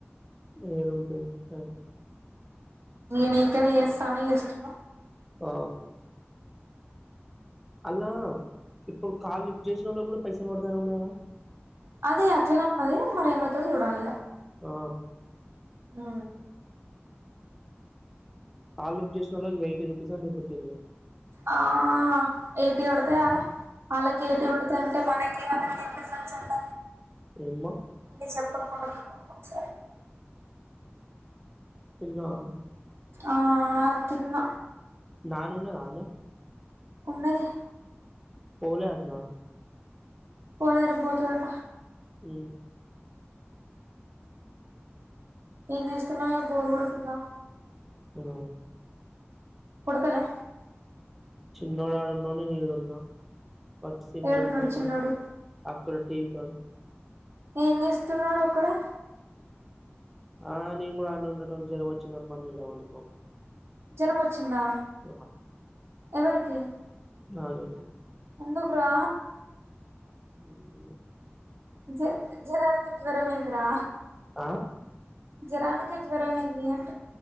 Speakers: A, in the centre; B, on the right.
A: ఎదుంటే ఏంది
B: ని కన్నా చేస్తా అన్ని చేస్తున్న
A: ఆ అల్లా ఇప్పుడు కాల్ లిఫ్ట్ చేసిన వాళ్లకు, కూడా పైసలు పడతయాన్ని ఉన్నాది. గా
B: అదే అట్లనే ఉన్నది, మరి ఎం ఐతాదో చూడాలి.
A: ఆ
B: ఆ
A: కాల్ లిఫ్ట్ చేసినోళ్లకి ఎయిటీ రూపీస్ అని చూపిస్తుంది.
B: ఆ ఏయిటీ పడతాయారా, వాళ్ళకి ఏయిటి పడుతయి, అంటే మనకి వాళ్ళకి ఏం డిఫరెంట్ అంట
A: ఏమ్మా
B: నీకు చెప్పకుండా మాట్లాడొచ్చా
A: తిన్నావా
B: ఆ తిన్న
A: నాన్ని ఉన్నాదా, అనే
B: ఉన్నది
A: పోలే దాటన
B: పోలే రేపు పోతదట,
A: ఈ
B: ఏం చేస్తున్నాయో, బోరు కొడుతుందా
A: ఉ
B: కొడుతలే
A: నువ్వు అడవున్నావు, నీను ఇడా ఉన్న కొత్త సినిమా
B: ఏడున్నడు
A: చూస్తానం,
B: చిన్నోడు
A: మన టీవీ కాడ
B: ఏం చేస్తున్నాడు, ఒక్కడే
A: ఆ నేను కూడా అన్నే ఉండేటొని జ్వరం వచ్చిందని మమ్మీ ఇడా పండుకోమంది
B: జ్వరం వచ్చిందా
A: <inaudible>
B: ఎవరికి
A: నాకే
B: ఎందుకు రా
A: ఉమ్
B: జే జరానికి జరంమేంద్రా
A: ఆ
B: జరానికి జ్వరం ఏంది అని